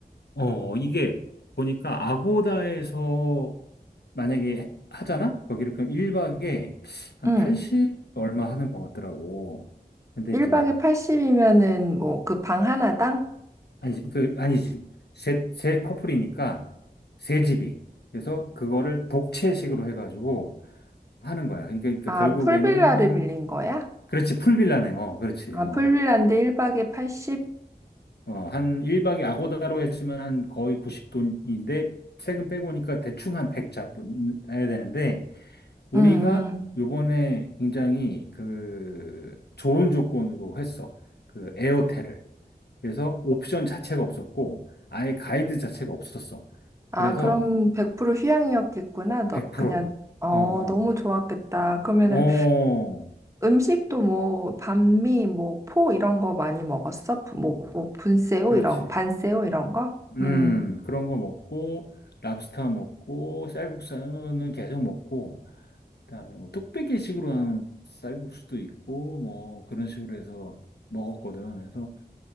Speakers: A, on the left; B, on the right.
A: 어, 이게 보니까 아고다에서 만약에 하잖아? 거기를 그럼 1박에 한
B: 응.
A: 80 얼마 하는 것 같더라고. 근데
B: 1박에
A: 이제,
B: 80이면은 뭐, 그 방 하나당?
A: 아니지, 그, 아니지. 세, 세 커플이니까 세 집이. 그래서 그거를 독채식으로 해가지고 하는 거야. 그러니까, 그러니까
B: 아,
A: 결국에는,
B: 풀빌라를 빌린 거야?
A: 그렇지, 풀빌라네. 어, 그렇지.
B: 아,
A: 어,
B: 풀빌라인데 1박에 80?
A: 어, 한 1박에 아고다로 했으면 한 거의 90돈인데, 세금 빼고 오니까 대충 한 100 잡아야 되는데, 우리가
B: 응, 응.
A: 요번에 굉장히 그 좋은 조건으로 했어. 그 에어텔을. 그래서 옵션 자체가 없었고, 아예 가이드 자체가 없었어.
B: 아,
A: 그래서
B: 그럼 100% 휴양이었겠구나. 너,
A: 100%.
B: 그냥, 어,
A: 어, 어,
B: 너무 좋았겠다. 그러면은
A: 어,
B: 음식도 뭐, 반미, 뭐, 포 이런 거 많이 먹었어? 부- 뭐, 뭐 분세오
A: 그렇지.
B: 이런, 반세오 이런 거?
A: 음,
B: 음.
A: 그런 거 먹고, 랍스터 먹고, 쌀국수는 계속 먹고, 그다음에 뭐 뚝배기식으로 하는 쌀국수도 있고, 뭐 그런 식으로 해서 먹었거든. 그래서